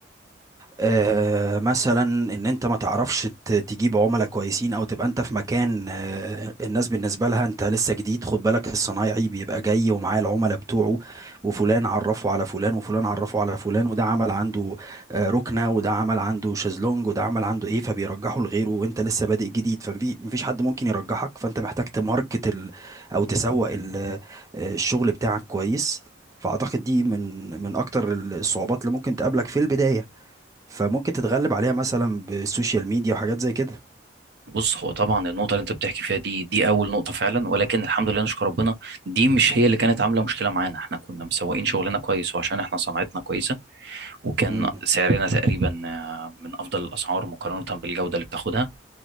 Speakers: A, on the right; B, on the right.
A: آه، مثلا ان انت ما تعرفش ت- تجيب عملاء كويسين او تبقى انت في مكان آه، الناس بالنسبه لها انت لسه جديد خد بالك الصنايعي بيبقى جاي ومعاه العملاء بتوعه وفلان عرفه على فلان وفلان عرفه على فلان وده عمل عنده آه، ركنه وده عمل عنده شازلونج وده عمل عنده ايه فبيرجحه لغيره وانت لسه بادئ جديد فمفيش حد ممكن يرجحك فانت محتاج تماركت ال او تسوق ال- آه، الشغل بتاعك كويس فاعتقد دي من من اكتر الصعوبات اللي ممكن تقابلك في البدايه فممكن تتغلب عليها مثلا بالسوشيال ميديا وحاجات زي كده
B: بص هو طبعا النقطه اللي انت بتحكي فيها دي دي اول نقطه فعلا ولكن الحمد لله نشكر ربنا دي مش هي اللي كانت عامله مشكله معانا احنا كنا مسوقين شغلنا كويس وعشان احنا صناعتنا كويسه وكان
A: امم
B: سعرنا تقريبا آه، من افضل الاسعار مقارنه بالجوده اللي بتاخدها